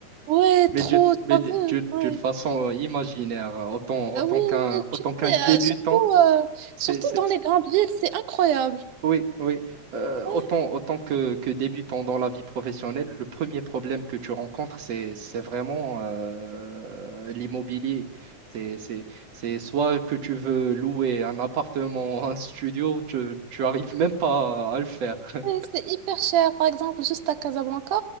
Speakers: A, on the right; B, on the right.
A: Ouais, trop,
B: Mais de-
A: t'as
B: mais de-
A: vu,
B: de-
A: ouais.
B: d'une façon euh, imaginaire, euh, autant, autant
A: Ah oui,
B: qu'un,
A: oui,
B: autant
A: tu
B: qu'un
A: sais,
B: débutant,
A: euh, surtout, euh,
B: c'est,
A: surtout
B: c'est-
A: dans les grandes villes, c'est incroyable.
B: oui, oui, Euh,
A: Ouais.
B: autant, autant que, que débutant dans la vie professionnelle, le premier problème que tu rencontres, c'est, c'est vraiment euh, l'immobilier. C'est, c'est, c'est soit que tu veux louer un appartement, un studio, tu, tu arrives même pas à le faire. <laughs>
A: Ouais, C'est hyper cher. Par exemple, juste à Casablanca,